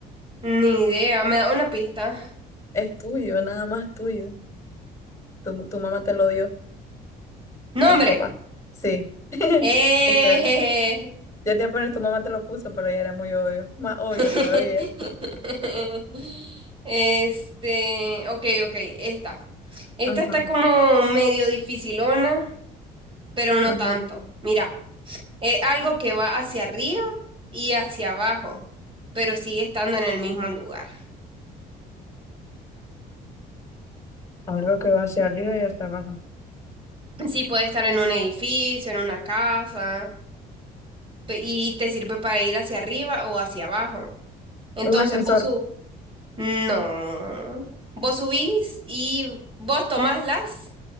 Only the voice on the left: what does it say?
Es tuyo, nada más tuyo. Tu, tu mamá te lo dio,
o tu papá. Sí, <laughs>
qué ser. Yo te iba a poner, tu mamá te lo puso, pero ya era muy obvio. Más obvio
todavía.
Ujú,
ujú.
Algo que va hacia arriba y hasta abajo.
Un ascensor.